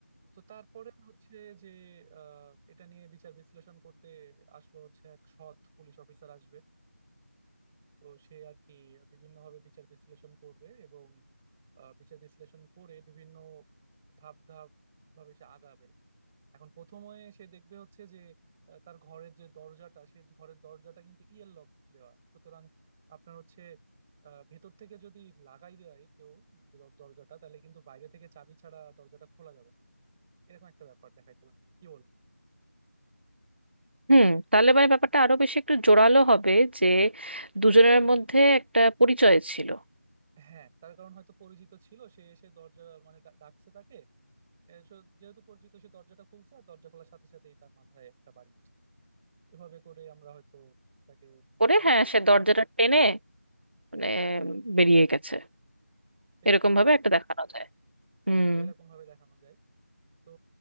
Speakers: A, in the centre; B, on the right (about 45°).
A: তো তারপরে হচ্ছে যে আহ, এটা নিয়ে বিচার বিশ্লেষণ করতে আসলো হচ্ছে এক সৎ পুলিশ অফিসার আসবে তো সে আর কি বিভিন্নভাবে বিচার বিশ্লেষণ করবে এবং আহ, বিচার বিশ্লেষণ করে বিভিন্ন ধাপ ধাপ ভাবে সে আগাবে এখন প্রথমে সে দেখবে হচ্ছে যে আহ, তার ঘরের যে দরজাটা সেই ঘরের দরজাটা কিন্তু ইয়ের লক দেওয়া সুতরাং আপনার হচ্ছে আহ, ভেতর থেকে যদি লাগাই দেয় কেউ দর- দরজাটা তাহলে কিন্তু বাইরে থেকে চাবি ছাড়া দরজাটা খোলা যাবে না। এরকম একটা ব্যাপার দেখাইতে পারি কি বলবো
B: হুম তাহলে মানে ব্যাপারটা আরো বেশি একটু জোরালো হবে যে দুজনের মধ্যে একটা পরিচয় ছিল
A: হ্যাঁ তার কারণ হয়তো পরিচিত ছিল সে এসে দরজা মানে ডা- ডাকছে তাকে এ, সে- যেহেতু পরিচিত সে দরজাটা খুলছে আর দরজা খোলার সাথে সাথেই তার মাথায় একটা বাড়ি মারছে এভাবে করে আমরা হয়তো সেটাকে
B: করে
A: পরবর্তী
B: হ্যাঁ সে দরজাটা টেনে মানে বেরিয়ে গেছে
A: সেটাই
B: এরকম
A: এভাবে-
B: ভাবে একটা দেখানো যায় হুম
A: হ্যাঁ এরকম ভাবে দেখানো যায় তো